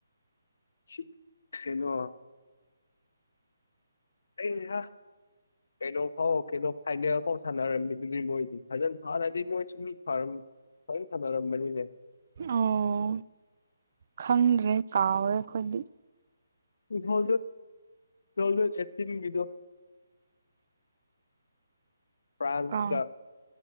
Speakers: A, on the left; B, on the right.
A: ꯁꯤ ꯀꯩꯅꯣ ꯑꯩꯅꯦ ꯍꯥ ꯀꯩꯅꯣ ꯐꯥꯎ ꯀꯩꯅꯣ ꯐꯥꯏꯅꯦꯜ ꯐꯥꯎ ꯁꯥꯟꯅꯔꯝꯃꯤ ꯑꯗꯨꯗꯤ ꯃꯣꯏꯗꯤ ꯐꯖꯅ ꯐꯅꯗꯤ ꯃꯣꯏ ꯁꯨꯝꯃꯤ ꯐꯔ ꯐꯔ ꯁꯥꯗꯔꯝꯕꯅꯤꯁꯦ
B: ꯑꯣ ꯈꯪꯗ꯭ꯔꯦ ꯀꯥꯎꯔꯦ ꯑꯩꯈꯣꯏꯗꯤ
A: ꯍ ꯍꯣ ꯑꯦꯁꯤꯟꯗꯨ ꯐ꯭ꯔꯥꯟꯁꯀ
B: ꯀꯥꯎ